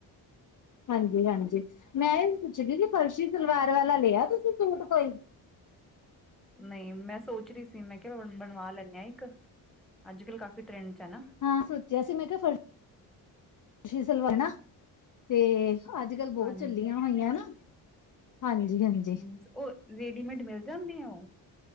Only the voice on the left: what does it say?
ਹਂਜੀ, ਹਂਜੀ ਮੈਂ ਏਅ ਪੁੱਛਦੀ ਫਰਸ਼ੀ ਸਲਵਾਰ ਵਾਲਾ ਲਿਐ ਤੁਸੀਂ ਸੂਟ ਕੋਈ?
ਹਾਂ ਸੋਚਿਆ ਸੀ, ਮੈਂ ਕਿ ਫਰਸੀ਼ ਸਲਵਾਰ ਨਾ ਤੇਅ ਅੱਜ -ਕੱਲ੍ਹ ਬੋਤ
ਚੱਲੀਆਂ ਹੋਈਐਂ ਨਾ ਹਂਜੀ, ਹਂਜੀ।